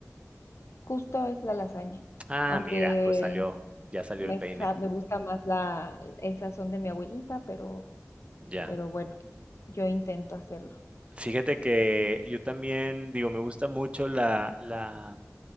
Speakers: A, on the left (about 60°); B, on the right (about 20°).
A: justo es la lasaña,
B: Ah,
A: aunque
B: mira, pues salió, ya salió
A: me,
B: el peine.
A: sa- me gusta más la, esas son de mi abuelita, pero
B: Ya.
A: Pero bueno, yo intento hacerlo.
B: Fíjate que yo también, digo, me gusta mucho la, la,